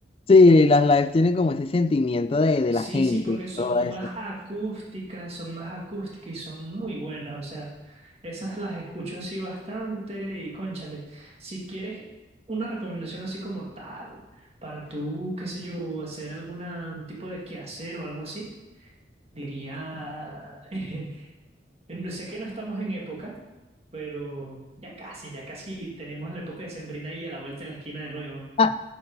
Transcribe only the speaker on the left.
Sí, las lives tienen como ese sentimiento de, de
la gente
y
todo eso.
Ah,